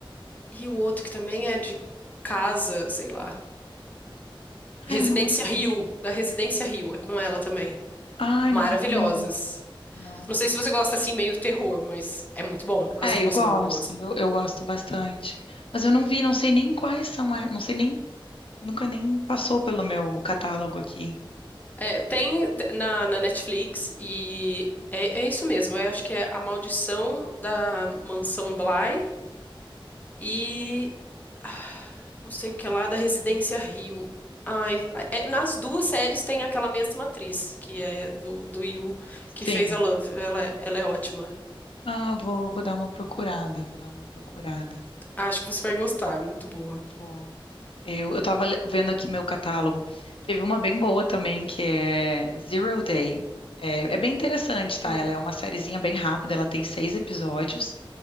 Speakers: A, on the left; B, on the left.
A: e o outro que também é de casa, sei lá, Residência
B: ai, eu não.
A: Rio, da Residência Rio, é com ela também.
B: Ai,
A: Maravilhosas.
B: não vi. Não.
A: Não sei se você gosta assim meio terror, mas é muito bom. As
B: É,
A: duas
B: eu gosto,
A: são muito boas.
B: eu, eu gosto bastante. Mas eu não vi, não sei nem quais são, a- não sei nem, nunca nem passou pelo meu catálogo aqui.
A: É, tem na, na Netflix e é, é isso mesmo. Eu acho que é A Maldição da Mansão Bly e ah, não sei o que lá da Residência Rio. Ai, é- nas duas séries tem aquela mesma atriz, que é do, do Yu, que
B: Sim.
A: fez a Love. Ela, ela é ótima.
B: Ah, vou, vou dar uma procurada, vou dar uma procurada.
A: Acho que você vai gostar, é muito boa.
B: Vou. Eu, eu tava le- vendo aqui meu catálogo. Teve uma bem boa também, que é Zero Day. É, é bem interessante, tá?
A: Hum.
B: Ela é uma sériezinha bem rápida, ela tem seis episódios,